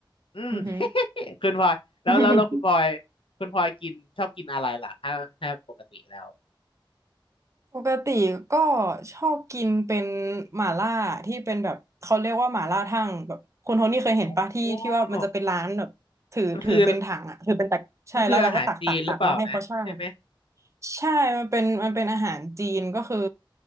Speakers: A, on the left; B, on the right.
A: อืม
B: อือหือ
A: <laughs> คุณพลอยแล้วแล้วแล้วคุณพลอย
B: <laughs>
A: คุณพลอยกินชอบกินอะไรล่ะถ้าถ้าปกติแล้ว
B: ปกติก็ชอบกินเป็นหม่าล่าที่เป็นแบบเขาเรียกว่าหม่าล่าทั่งแบบคุณโทนี่เคยเห็นปะที่ที่ว่ามันจะเป็นร้านแบบถือถือเป็นถังอ่ะถือเป็นตักใช่แล้วเราก็ตักตักตักแล้วให้เขาชั่ง
A: อ๋อมันคือมันคืออาหารจีนหรือเปล่านะใช่ไหม
B: ใช่มันเป็นมันเป็นอาหารจีนก็คือ